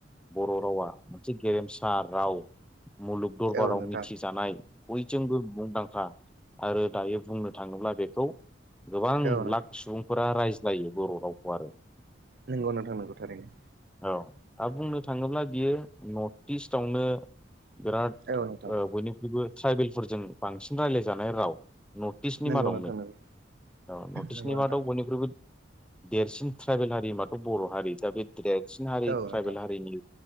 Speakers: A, in the centre; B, on the right (about 60°).
A: बर' रावा मोनसे गेरेमसा राव मुलुग दरबाराव
B: औ नोंथां
A: मिथिजानाय बयजोंबो मुंदांखा आरो दायो बुंनो थाङोब्ला बेखौ गोबां
B: औ नोंथां
A: लाख सुबुंफोरा रायज्लायो बर' रावखौ आरो
B: नोंगौ नोंथां नोंगौ थारैनो।
A: औ दा बुंनो थाङोब्ला बियो नर्थ इस्टआवनो बिराद
B: औ नोंथां
A: ओ बयनिख्रुइबो ट्राइबेलफोरजों बांसिन रायज्लायजानाय राव नर्थ इस्टनि
B: नंगौ
A: मादावनो।
B: नोंथां नंगौ
A: औ नर्थ इस्टनि
B: नंगौ
A: मादाव
B: नोंथां
A: बयनिख्रुबो देरसिन ट्राइबेल हारि माथ' बर' हारि दा बे देरसिन हारि
B: औ
A: ट्राइबेल
B: नोंथां
A: हारिनि